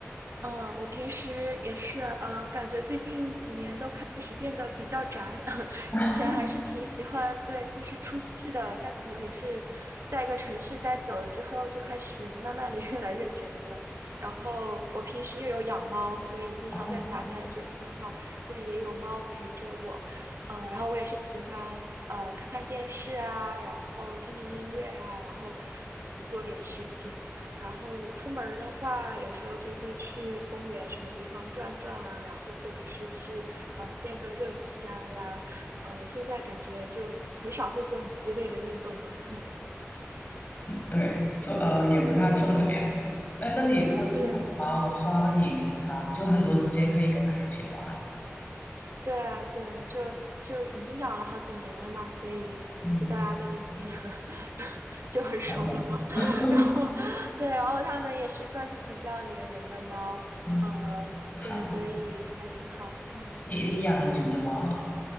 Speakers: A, on the right; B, on the left.
A: 嗯，我平时也是，呃，我感觉最近几年都开始变得比较宅，<laughs>
B: <laughs>？
A: 以前还是挺喜欢，对，就是出去的，但可能也是在一个城市待久了之后，就开始慢慢的 <laughs> 越来越宅了。然后我平时又有养猫，所以经常在家待着的话，
B: 哦，
A: 对，也有猫陪着我，嗯、然后我也是喜欢，呃，看看电视啊，然后听听音乐啊，然后自己做点事情。然后出门儿的话，有时候就会去公园什么地方转转啊，然后或者是去呃练个热瑜伽呀，呃，现在感觉就很少会做很激烈的运动了。
B: 对，做呃也不太做得了。哎，那你如果是养猫的话，
A: 对，
B: 那你平常就很多时间可以跟它一起玩。
A: 对啊，对，就就已经养了好几年了嘛，所以就大家都已经
B: 嗯，
A: <laughs> 就很熟了嘛。
B: 好的
A: <laughs>
B: <laughs>
A: 然后对，然后它们也是算是比较粘人的猫，
B: 嗯，
A: 呃，
B: 它好，
A: 对，所以还挺好，嗯。
B: 你你养了几只猫啊？